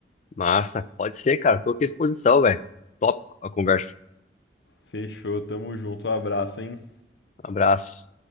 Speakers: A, on the left; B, on the left.
A: Massa. Pode ser, cara. Tô aqui à disposição, velho. Top a conversa.
B: Fechou, tamo junto. Um abraço, hein?
A: Abraço.